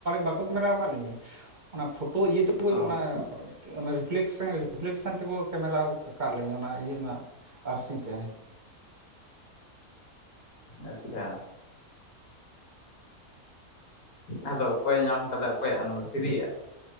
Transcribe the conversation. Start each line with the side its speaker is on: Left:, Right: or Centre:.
Right: ᱵᱟᱠᱚ ᱠᱮᱢᱮᱨᱟᱣ ᱟᱠᱟᱫ ᱞᱤᱧᱟᱹ ᱚᱱᱟ ᱯᱷᱳᱴᱳ ᱤᱭᱟᱹᱛᱮᱠᱚ
Left: ᱚ
Right: ᱚᱱᱟ ᱚᱱᱟ ᱨᱤᱯᱷᱞᱮᱠᱥᱮᱱ ᱨᱤᱯᱷᱞᱮᱠᱥᱮᱱ ᱛᱮᱠᱚ ᱠᱮᱢᱮᱨᱟ ᱟᱠᱟᱫ ᱞᱤᱧᱟᱹ ᱚᱱᱟ ᱤᱭᱟᱹ ᱨᱮᱱᱟᱜ ᱟᱹᱨᱥᱤ ᱛᱮ
Left: ᱟᱪᱪᱷᱟ᱾ ᱟᱫᱚ ᱚᱠᱚᱭ ᱧᱟᱢ ᱠᱟᱫᱟ ᱚᱠᱚᱭᱟᱜ ᱚᱱᱟ ᱫᱚ ᱛᱤᱨᱤᱭᱟᱜ